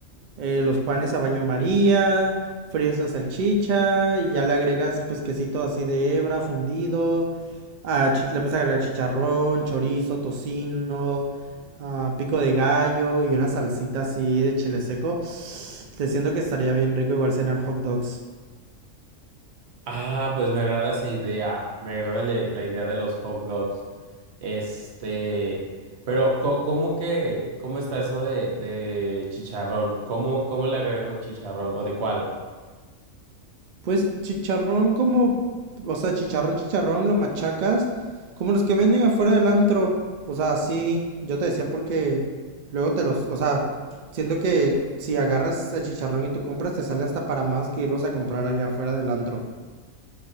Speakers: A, on the right; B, on the right.
A: eh, los panes a baño María, fríes la salchicha y ya le agregas pues quesito así de hebra fundido, ah, le puedes agregar chicharrón, chorizo, tocino, ah, pico de gallo y una salsita así de chile seco. Te siento que estaría bien rico igual cenar hot dogs.
B: Ah, pues me agrada esa idea. Me agrada la, la idea de los hot dogs. Este, pero co- ¿cómo que, cómo está eso de, de chicharrón? ¿Cómo, cómo le agrego chicharrón? ¿O de cuál?
A: Pues chicharrón como, o sea, chicharrón, chicharrón, lo machacas, como los que venden afuera del antro. O sea, sí, yo te decía porque luego te los, o sea, siento que si agarras el chicharrón y tú compras, te sale hasta para más que irlos a comprar allá afuera del antro.